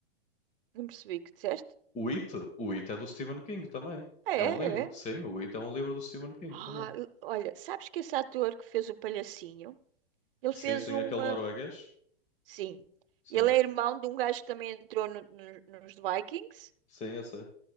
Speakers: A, on the right; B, on the left.
A: Não percebi o que disseste?
B: O It, o It é do Stephen King também.
A: É,
B: É um livro,
A: é.
B: sim, o It é um livro do Stephen King
A: Ah,
B: também.
A: olha, sabes que esse ator que fez o palhacinho, ele
B: Sim,
A: fez
B: sim,
A: um.
B: aquele norueguês.
A: Sim.
B: Sim,
A: Ele é irmão de um gajo que também entrou no- no- nos Vikings.
B: sim, eu sei.